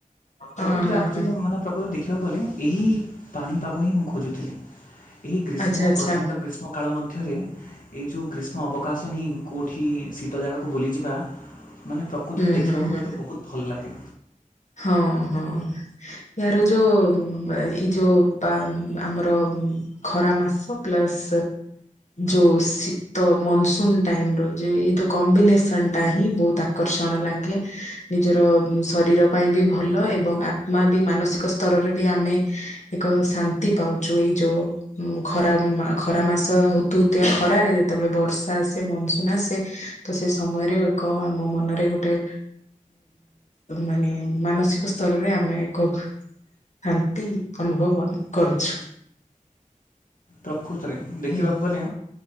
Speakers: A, on the left; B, on the left.
A: ହଁ
B: ପ୍ରକୃତରେ
A: ହଁ
B: ଆକ୍ଚୋଲି
A: ହଁ
B: ମାନେ ଦେଖିବାକୁ ଗଲେ ଏହି ପାଣିପାଗ ହିଁ ମୁଁ ଖୋଜୁଥିଲି ଏହି ଗ୍ରୀଷ୍ମ
A: ଆଚ୍ଛା ଆଚ୍ଛା
B: ପ୍ରଚଣ୍ଡ ଗ୍ରୀଷ୍ମ କାଳ ମଧ୍ୟରେ ଏଇ ଯୋଉ ଗ୍ରୀଷ୍ମ ଅବକାଶ ନେଇ କୋଉଠି ଶୀତ ଜାଗାକୁ ବୁଲିଯିବା ମାନେ ପ୍ରକୃତରେ
A: ହୁଁ
B: ଦେଖିବାକୁ
A: ହୁଁ ହୁଁ
B: ଗଲେ ବୋହୁତ ଭଲ ଲାଗେ।
A: ହଁ ହଁ। ଏହାର ଯୋଉ ଏଇ ଯୋଉ ପା ଆମର ଖରାମାସ ପ୍ଲସ୍ ଯୋଉ ଶୀତ ମନସୁନ୍ ଟାଇମର ଯେ ଏଇ ଯୋଉ କମ୍ବିନେସନ ଟା ହିଁ ବହୁତ ଆକର୍ଷଣ ଲାଗେ ନିଜର ଶରୀର ପାଇଁ ବି ଭଲ ଏବଂ ଆତ୍ମା ବି ମାନସିକ ସ୍ତରରେ ବି ଆମେ ଏକ ଶାନ୍ତି ପାଉ। ଛୁଇ ଯୋ ଖରା ଖରାମାସ ହତୁହୁତିଆ ଖରାରେ ଯେତବେଳେ ବର୍ଷା ଆସେ ମନସୁନ ଆସେ ତ ସେ ସମୟରେ ଏକ ଆମ ମନରେ ଗୋଟେ ମାନେ ମାନସିକ ସ୍ତରରେ ଆମେ ଏକ ହାନ୍ତି ଅନୁଭବ କରୁଛୁ।
B: ପ୍ରକୃତରେ ଦେଖିବାକୁ
A: ହୁଁ
B: ଗଲେ